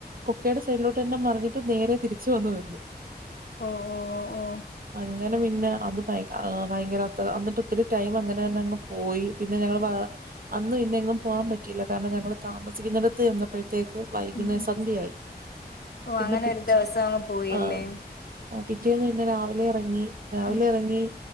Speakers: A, on the right; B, on the left.
A: കൊക്കയുടെ സൈഡിലോട്ട് തെന്നെ മറിഞ്ഞിട്ട് നേരെ തിരിച്ചു വന്നു നിന്നു.
B: ഓ ഓ ഓ ഓ
A: അങ്ങനെ പിന്നെ അത് ഭയങ്കര അന്ന് ഒത്തിരി ടൈം അങ്ങനെ അങ് പോയി പിന്നെ ഞങ്- അന്ന് പിന്നെ എങ്ങും പോകാൻ പറ്റിയില്ല കാരണം ഞങ്ങള് താമസിക്കുന്നിടത്ത് ചെന്നപ്പോഴത്തേക്ക് വൈകുന്നേ
B: ഉം ഉം.
A: സന്ധ്യയായി
B: ഓ
A: പിന്നെ
B: അങ്ങനെ
A: <unintelligible>
B: ഒരു ദിവസം അങ്ങ് പോയില്ലേ
A: ആഹ് ആഹ് പിറ്റേന്ന് പിന്നെ രാവിലെ ഇറങ്ങി രാവിലെ
B: ഉം
A: ഇറങ്ങി